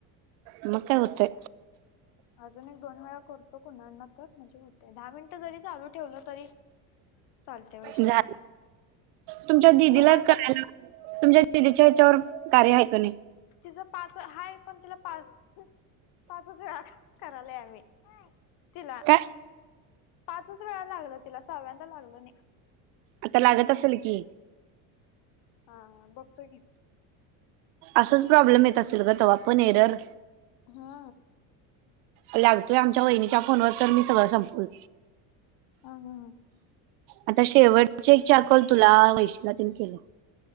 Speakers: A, on the right; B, on the left.
A: म काय होतय.
B: अजून एक, दोन वेळा करतो कणाना तर म्हणजे होते दहा मिनिटं जरी चालू ठेवलं तरी चालते वैष्णवीला
A: झाले, तुमच्या दिदीला
B: दुपारपास
A: करायला लावा. तुमच्या दीदीच्या हेच्यावर कार्य आहे का नाही?
B: तिचं पाच हा पण तिला पाच पाचच वेळा करालय आम्ही. तिला
A: काय
B: पाचच वेळा लागल तिला सहाव्यांदा लागलं नाही.
A: आता लागत असेल की.
B: हा बघतो की.
A: असंच प्रॉब्लेम येत असेल ग तव्हा पण एरर
B: हा.
A: लागतोय आमच्या वहिणीच्या फोनवर तर मी सगळं संपून
B: ह ह.
A: आता शेवटचे एक, चार कॉल तुला वैशीला तिन केलय.